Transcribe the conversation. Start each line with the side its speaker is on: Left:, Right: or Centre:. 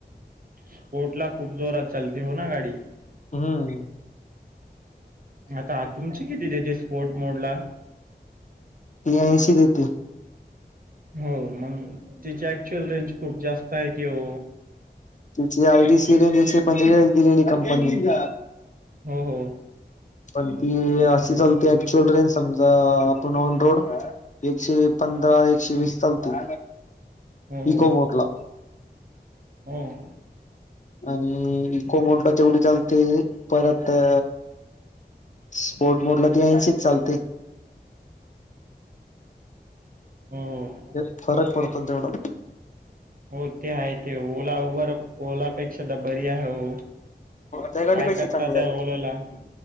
Right: स्पोर्ट ला खूप जोरात चालते हो ना गाडी.
Left: हम्म.
Right: आता तुमची किती देते स्पोर्ट मोड ला?
Left: ती ऐंशी देते.
Right: हो मग तिची ऍक्च्युअल रेंज खूप जास्त आहे की हो.
Left: तिचि आयडी सी रेंजची एकशे पंचेचाळीस दिलेली कंपनीने.
Right: हो हो
Left: पण ती अशी चालते ऍक्च्युअल रेंज समजा आपण ऑन रोड एकशे पंधरा एकशे वीस चालते.
Right: हो
Left: इको मोडला
Right: हो ह.
Left: आणि इको मोडला तेवढी चालते परत अ स्पोर्ट मोड ला ती ऐंशीच चालते.
Right: हो हो.
Left: ते फरक पडतो तेवढं.
Right: हो ते आहे ते ओला उबर ओलापेक्षा बरी आहे हो.
Left: त्या गाडी
Right: काय
Left: पैसे
Right: करता
Left: चांगला
Right: त्या ओलाला?